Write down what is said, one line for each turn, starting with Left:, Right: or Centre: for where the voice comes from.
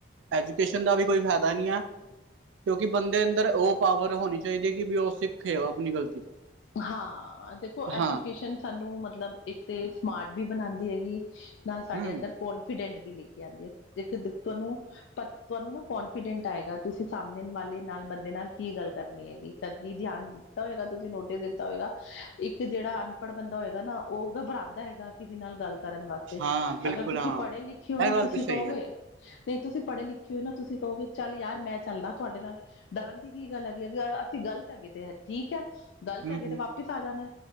Right: ਐਜੂਕੇਸ਼ਨ ਦਾ ਵੀ ਕੋਈ ਫਾਇਦਾ ਨਹੀਂ ਹੈ। ਕਿਉਂਕਿ ਬੰਦੇ ਅੰਦਰ ਉਹ ਪਾਵਰ ਹੋਣੀ ਚਾਹੀਦੀ ਹੈ। ਕਿ ਵੀ ਉਹ ਸਿੱਖੇ ਆਪਣੀ ਗ਼ਲਤੀ ਤੋਂ।
Left: ਹਾਂ ਦੇਖੋ ਐਜੂਕੇਸ਼ਨ
Right: ਹਾਂ
Left: ਸਾਨੂੰ ਮਤਲਬ ਇੱਕ ਤੇ ਸਮਾਰਟ ਵੀ ਬਣਾਉਂਦੀ ਹੈਗੀ। ਨਾਲ ਸਾਡੇ
Right: ਹਮ
Left: ਅੰਦਰ ਕੋਂਨਫੀਡੈਂਟ ਵੀ ਲੈ ਕੇ ਆਉਂਦੀ ਹੈ। ਜੇਕਰ ਦੇਖਣ ਨੂੰ। ਪਰ ਤੁਹਾਨੂੰ ਨਾ ਕੋਂਨਫੀਡੈਂਟ ਆਏਗਾ ਤੁਸੀਂ ਸਾਹਮਣੇ ਵਾਲੇ ਨਾਲ ਬੰਦੇ ਨਾਲ ਕੀ ਗੱਲ ਕਰਨੀ ਹੈਗੀ ਕਦੀ ਧਿਆਨ। ਕੀਤਾ ਹੋਏਗਾ ਤੁਸੀਂ ਨੋਟ। ਦਿੱਤਾ ਹੋਏਗਾ, ਇੱਕ ਜਿਹੜਾ ਅਨਪੜ੍ਹ ਬੰਦਾ ਹੋਏਗਾ ਨਾ ਉਹ ਘਬਰਾਉਂਦਾ ਹੈਗਾ ਕਿਸੇ ਨਾਲ ਗੱਲ। ਕਰਨ ਵਾਸਤੇ,
Right: ਹਾਂ ਬਿਲਕੁਲ
Left: ਅਗਰ ਤੁਸੀਂ
Right: ਹਾਂ
Left: ਪੜ੍ਹੇ ਲਿਖੇ ਹੋ ਨਾ
Right: ਇਹ ਗੱਲ
Left: ਤੁਸੀਂ
Right: ਤਾਂ
Left: ਕਹੋਗੇ।
Right: ਸਹੀ ਆ
Left: ਨਹੀਂ ਤੁਸੀਂ ਪੜ੍ਹੇ ਲਿਖੇ ਹੋਏ ਨਾ ਤੁਸੀਂ ਕਹੋਗੇ ਚੱਲ ਯਾਰ ਮੈਂ ਚੱਲਦਾ ਤੁਹਾਡੇ ਨਾਲ। ਡਰਨ ਦੀ ਕੀ ਗੱਲ ਹੈਗੀ ਹੈ। ਅਸੀਂ ਗ਼ਲਤ ਹੈਗੇ ਤੇ ਠੀਕ ਹੈ। ਗ਼ਲਤ
Right: ਹਮ
Left: ਹੈਗੇ
Right: ਹਮ
Left: ਤੇ ਵਾਪਿਸ ਆ ਜਾਣਾ।